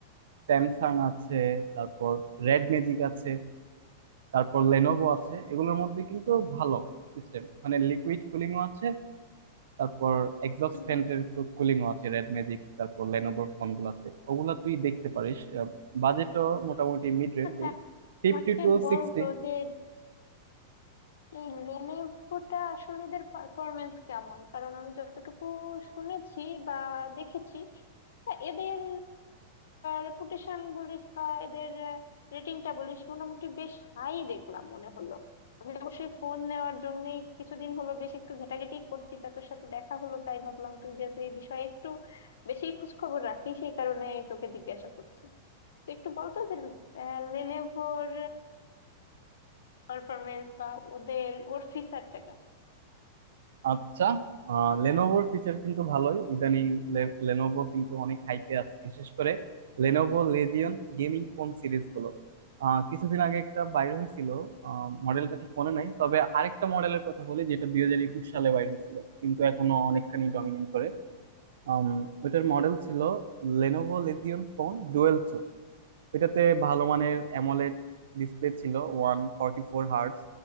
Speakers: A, on the right (about 80°); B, on the left (about 80°).
A: স্যামসাং আছে তারপর রেড ম্যাজিক আছে তারপর লেনোভো আছে এগুলোর মধ্যে কিন্তু ভালো সিস্টেম মানে লিকুইড কুলিংও আছে তারপর এক্সস্ট
B: হুম।
A: ফ্যানের কুলিংও আছে রেড ম্যাজিক তারপর লেনোভোর ফোন গুলাতে ওগুলা তুই দেখতে পারিস বাজেটও মোটামুটি মিড রেঞ্জ
B: আচ্ছা
A: এই ফিফটি
B: আমাকে
A: টু
B: বল
A: সিক্সটি
B: তো যে এই লেনেভোটা আসলে এদের পারফরমেন্স কেমন কারণ আমি যতটুকু শুনেছি বা দেখেছি তা এদের রেপুটেশন বলিস বা এদের রেটিংটা বলিস মোটামুটি বেশ হাই দেখলাম মনে হলো আমি অবশ্যই ফোন নেওয়ার জন্যই কিছুদিন হলো বেশ একটু ঘেটাঘেটি করছি তা তোর সাথে দেখা হলো তাই ভাবলাম তুই যেহেতু এই বিষয়ে একটু বেশি খোঁজ খবর রাখিস সেই কারণে তোকে জিজ্ঞাসা করছি তুই একটু বলতো যে লেনেভোর পারফরমেন্স বা ওদের ওর ফিচারটা
A: আচ্ছা লেনোভোর ফিচার কিন্তু ভালোই ইদানিং লেনোভো কিন্তু অনেক হাইপে আছে বিশেষ করে Lenovo Legion gaming phone series গুলো আহ, কিছুদিন আগে একটা বাইর হয়েছিল মডেলটা ঠিক মনে নাই তবে আরেকটা মডেলের কথা বলি যেটা দুই হাজার একুশ সালে বাইর হয়েছিল কিন্তু এখনো অনেকখানি ডমিনেট করে আম, ওইটার মডেল ছিল লেনোভো লেজিয়ন ফোন ডুয়েল এটাতে ভালো মানের অ্যামোলেড ডিসপ্লে ছিল ওয়ান ফর্টি ফোর হার্টস